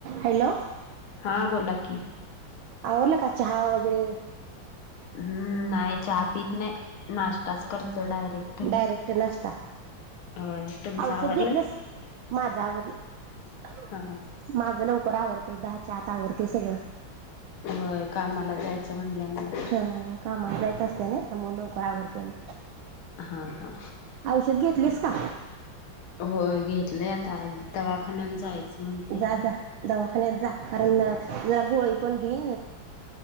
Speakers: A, on the right (about 80°); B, on the left (about 85°).
A: Hello,
B: हा बोला की,
A: आवरला का चहा वगैरे?
B: हम्म, नाही चहा पीत नाही. नाश्ताच करतो डायरेक्ट.
A: डायरेक्ट नाश्ता.
B: होय तुमचं
A: औषध
B: आवरलं?
A: घेतलंस, माझ्या आवरलं.
B: हा
A: माझं लवकर आवरतय,, दहाच्या आत आवरतय सगळं.
B: होय, कामाला जायचं. म्हणल्यानंतर.
A: हा, कामाला जायच असतय नाइ त्यामुळे लवकर आवरतय मी.
B: हा हा.
A: औषध घेतलीस का?
B: होय, घेतलंय आता, आज दवाखान्याला जायचं म्हणत्या.
A: जा जा दवाखान्यात जा, कारण जरा गोळी पण घे.